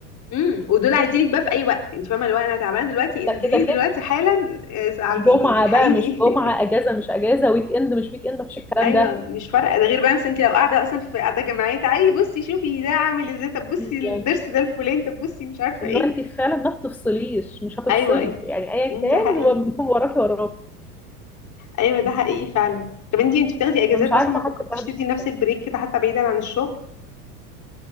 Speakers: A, on the left; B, in the centre.
A: امم ودول عايزينك بقى في اي وقت انت فاهمه لو انا تعبانه دلوقتي انزلي
B: ده كده
A: دلوقتي حالا آه، عالجيني
B: جمعة
A: الحقيني
B: بقى مش جمعة
A: <laughs>
B: اجازة مش اجازة ويك اند مش ويك اند مفيش الكلام
A: ايوه
B: ده
A: مش فارقه ده غير بقى مثلا انت لو قاعده اصلا في قاعده جماعيه تعالي بصي شوفي ده عامل ازاي طب بصي
B: بالظبط
A: الضرس ده الفلان طب بصي مش عارفه
B: اللي
A: ايه
B: هو انت فعلا ما بتفصليش مش هتفصلي
A: ايوه انت
B: يعني ايا
A: مم،
B: كان
A: ده حقيقي
B: هو <laughs> هو وراكي وراكي
A: ايوه ده حقيقي فعلا طب انتي انتي بتاخدي اجازات
B: فمش
A: اصلا
B: عارفه
A: ما فكرتيش
B: حتى تاخدي
A: تدي
B: صح.
A: لنفسك بريك كده حتى بعيدا عن الشغل